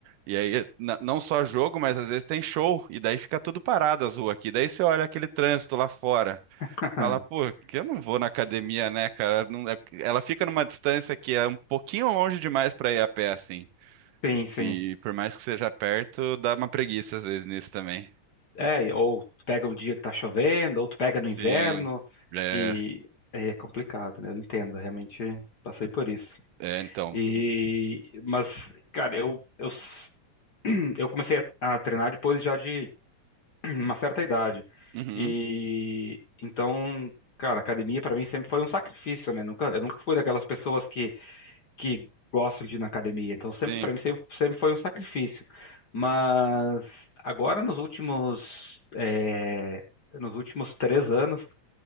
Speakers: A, on the right; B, on the left.
A: E aí, na- não só jogo, mas às vezes tem show, e daí fica tudo parado as ruas aqui. Daí você olha aquele trânsito lá fora,
B: <laughs>
A: fala, pô, que eu não vou na academia, né, cara? Não- é- ela fica numa distância que é um pouquinho longe demais para ir a pé, assim.
B: Sim, sim.
A: E por mais que seja perto, dá uma preguiça às vezes nisso também.
B: É, e- ou tu pega um dia que tá chovendo, ou tu pega
A: Sim.
B: no inverno,
A: É,
B: e aí é complicado, né? Eu entendo, realmente passei por isso.
A: é então.
B: E, mas, cara, eu, eu <clears throat> eu comecei a, a treinar depois já de <clears throat> uma certa idade.
A: Uhum,
B: E então, cara, academia pra mim sempre foi um sacrifício, né? Nunca, eu nunca fui daquelas pessoas que, que gostam de ir na academia. Então, sempre
A: sim,
B: para mim sempre, sempre foi um sacrifício. Mas agora nos últimos eh, nos últimos três anos